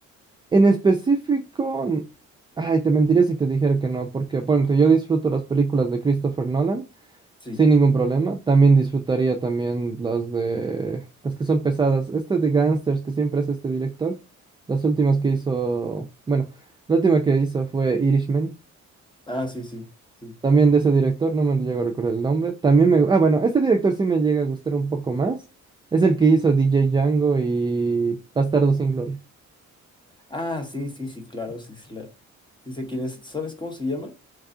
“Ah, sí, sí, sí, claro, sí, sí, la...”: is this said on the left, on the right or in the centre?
Left